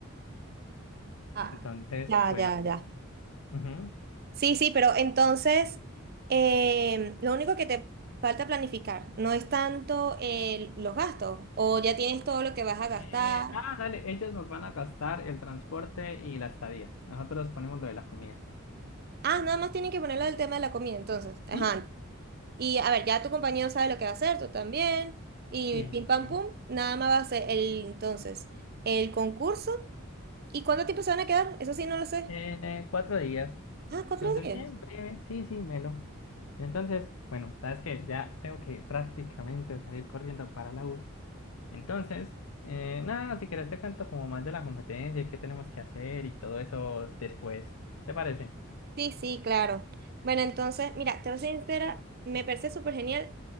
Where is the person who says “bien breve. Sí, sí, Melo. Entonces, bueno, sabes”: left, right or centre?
Left